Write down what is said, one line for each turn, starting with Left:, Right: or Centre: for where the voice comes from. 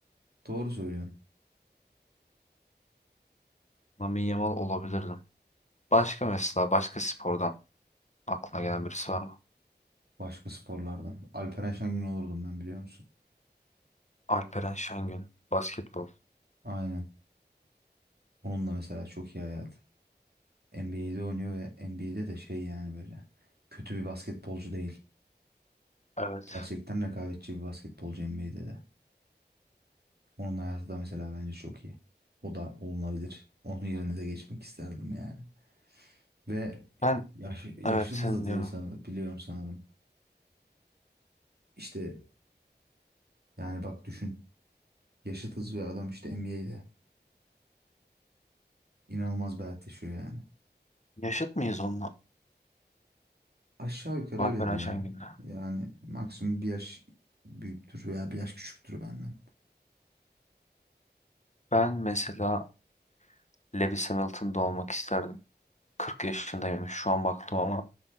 Right: Doğru söylüyorsun.
Left: Lamine Yamal olabilirdim. Başka mesela başka spordan aklına gelen birisi var mı?
Right: Başka sporlardan. Alperen Şengün olurdum ben biliyor musun?
Left: Alperen Şengün. Basketbol.
Right: Aynen. Onunla mesela çok iyi hayat. NBA'de oynuyor ve NBA'de de şey yani böyle. Kötü bir basketbolcu değil.
Left: Evet.
Right: Gerçekten rekabetçi bir basketbolcu NBA'de de. Onun hayatı da mesela bence çok iyi. O da olunabilir. Onun yerine de geçmek isterdim yani. Ve
Left: Ben
Right: yaş, yaşı
Left: evet seni
Right: da
Left: dinliyorum.
Right: diye san, biliyorum sanırım. İşte yani bak düşün. Yaşıtız ve adam işte NBA'de. inanılmaz bir hayat yaşıyor yani.
Left: Yaşıt mıyız onunla?
Right: Aşağı yukarı
Left: Alperen
Right: öyledir ya.
Left: Şengün'le.
Right: Yani maksimum bir yaş büyüktür veya bir yaş küçüktür benden.
Left: Ben mesela Lewis Hamilton'da olmak isterdim. 40 yaşındayım şu an baktım ama